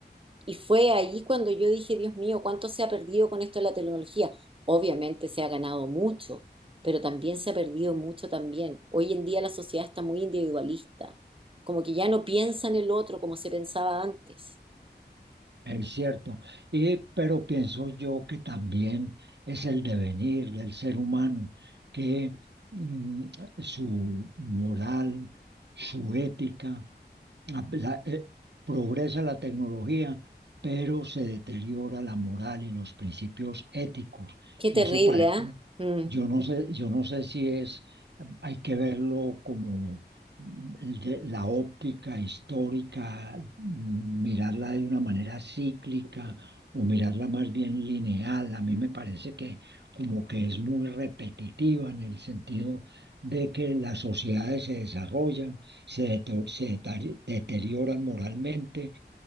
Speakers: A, on the right; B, on the right.
A: Y fue ahí cuando yo dije, Dios mío, ¿cuánto se ha perdido con esto de la tecnología? Obviamente se ha ganado mucho, pero también se ha perdido mucho también. Hoy en día la sociedad está muy individualista, como que ya no piensa en el otro como se pensaba antes.
B: es cierto. Y, pero pienso yo que también es el devenir del ser humano, que mm, su moral, su ética, la- la- eh, progresa la tecnología, pero se deteriora la moral y los principios éticos.
A: Qué
B: Y
A: terrible,
B: eso parece,
A: ¿ah? Mm,
B: yo no sé, yo no sé si es, hay que verlo como mm, el de- la óptica histórica, mm, mirarla de una manera cíclica o mirarla más bien lineal. A mí me parece que como que es muy repetitiva en el sentido de que las sociedades se desarrollan se, deto- se detari- deterioran moralmente